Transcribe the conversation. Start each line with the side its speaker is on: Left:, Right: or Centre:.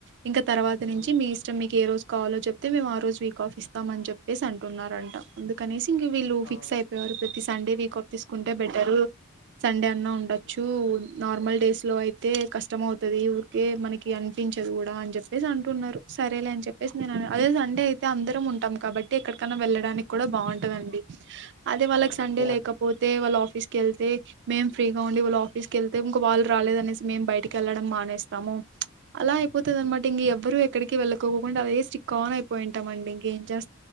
Right: ఇంకా తర్వాత నుంచి
Left: ఉమ్,
Right: మీ ఇష్టం మీకు ఏ రోజు కాలో చెప్పుతే మేము ఆ రోజు వీక్ ఆఫ్ ఇస్తామని చెప్ వేసి అంటున్నారంట అందుకనేసి ఇంకా వీళ్ళు
Left: అవును
Right: ఫిక్స్ అయిపోయారు ప్రతిసి సండే వీక్ ఆఫ్ తీసుకుంటే బెటరు సండే అన్నా ఉండొచ్చు
Left: ఉమ్,
Right: ఉన్ నార్మల్ డేస్ లో అయితే కష్టం అవుతది ఊరికే మనకి అనిపించదు. కూడా అని చెప్పేసి అంటున్నారు. సరేలే అని చెప్పేసి నే
Left: ఉమ్,
Right: అద అదే సండే అయి త అందరం ఉంటాం. కాబట్ టే ఎక్కడికన్నా వెళ్ళడానికి కూడా బాగుంటదండి అదే వాళ్లకు
Left: అవునండి
Right: సండే లేకపోతే వాళ్లు ఆఫ్ ఆఫీస్ కి వెళ్తే మేం ఫ్రీగా ఉండి వాళ్లు ఆఫీస్ కి వెళ్తే ఇంకా వాళ్లు రాలేదు అనేసి మేము బయటకి వెళ్లడం మానేస్తాము అలా అయిపోతది అనమాట ఇంగి ఎవరు ఎక్కడికి వెళ్ళకోకుండా అదే స్టిక్ ఆన్ అయిపోయింటంమండి ఇంకేం చేస్